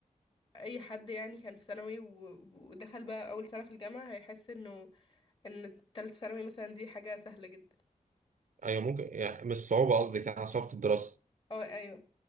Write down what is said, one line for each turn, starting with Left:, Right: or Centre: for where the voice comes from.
Left: أي حد يعني كان في ثانوي و- ودخل بقى أول سنة في الجامعة هيحس إنه إن تالتة ثانوي مثلا دي حاجة سهلة جدا
Right: ايوه ممكن يعني مش صعوبة قصدك يعني صعوبة الدراسة
Left: اه ايوه